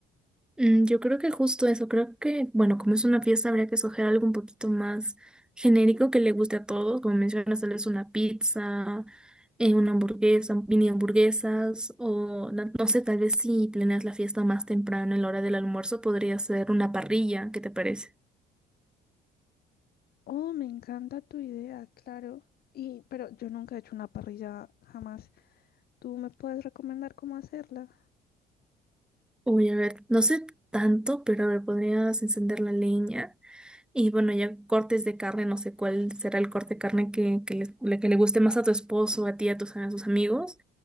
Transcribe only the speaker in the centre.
Mm, Yo creo que justo eso, creo que, bueno, como es una fiesta, habría que escoger algo un poquito más genérico que le guste a todos, como mencionas, tal vez una pizza, eh, una hamburguesa, mini hamburguesas, o na- no, sé, tal vez si planeas la fiesta más temprano en la hora del almuerzo, podría ser una parrilla, ¿qué te parece?
Uy, a ver, no sé tanto, pero a ver, podrías encender la leña. Y bueno, ya cortes de carne, no sé cuál será el corte de carne que, que le, le- que le guste más a tu esposo, a ti, a tus, a tus amigos.